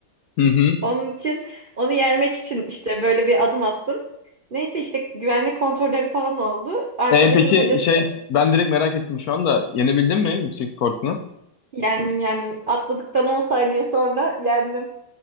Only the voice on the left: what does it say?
Hı hı.
E peki
şey ben direkt merak ettim şu anda. Yenebildin mi yükseklik korkunu?